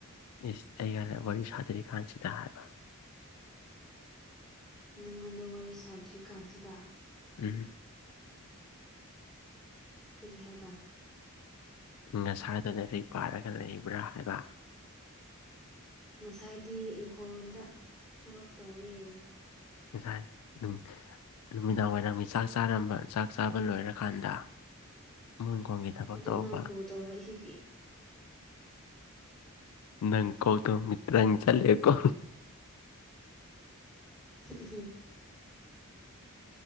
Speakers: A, on the left; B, in the centre.
A: ꯏꯁ ꯑꯩꯒꯅ ꯋꯥꯔꯤ ꯁꯥꯗ꯭ꯔꯤ ꯀꯥꯟꯁꯤꯗ ꯍꯥꯏꯕ
B: ꯅꯪꯉꯣꯟꯗ ꯋꯥꯔꯤ ꯁꯥꯗ꯭ꯔꯤꯀꯥꯟꯁꯤꯗ
A: ꯎꯝꯝ꯫
B: ꯀꯔꯤ ꯍꯥꯏꯕ꯫
A: ꯉꯁꯥꯏꯗꯨ ꯂꯥꯏꯔꯤꯛ ꯄꯥꯔꯒ ꯂꯩꯕ꯭ꯔꯥ ꯍꯥꯏꯕ꯫
B: ꯉꯁꯥꯏꯗꯤ ꯏꯪꯈꯣꯜꯗ ꯊꯕꯛ ꯇꯧꯋꯦ꯫
A: ꯉꯁꯥꯏ ꯎꯝ ꯅꯨꯃꯤꯗꯥꯡ ꯋꯥꯏꯔꯝꯒꯤ ꯆꯥꯛ ꯆꯥꯔꯝꯕ ꯆꯥꯛ ꯆꯥꯕ ꯂꯣꯏꯔꯀꯥꯟꯗ ꯃꯣꯏꯈꯣꯡꯒꯤ ꯊꯕꯛ
B: ꯑꯗꯨ
A: ꯇꯧꯕ
B: ꯅꯪ ꯀꯣꯜ ꯇꯧꯔꯛꯏꯁꯤꯗꯤ
A: ꯅꯪ ꯀꯣꯜ ꯇꯧ ꯃꯤ ꯇ꯭ꯔꯪ ꯆꯠꯂꯦꯀꯣ
B: <unintelligible> ꯎꯝ